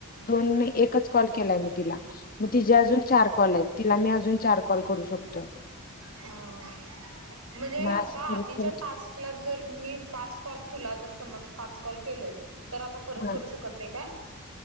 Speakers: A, on the left (about 40°); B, on the right (about 75°).
A: दोन नाही एक एकच कॉल केलाय मी तिला, मग तिजे अजून चार कॉल आहेत तिला मी अजून चार कॉल करू शकतोय.
B: हम्म. म्हणजे
A: मग
B: आता
A: असं
B: आधीच्या
A: करत करत
B: टास्कला जर, मी पाच कॉल तुला जस समज पाच कॉल केलोय, तर आता परत
A: हा
B: करू शकत नाही काय?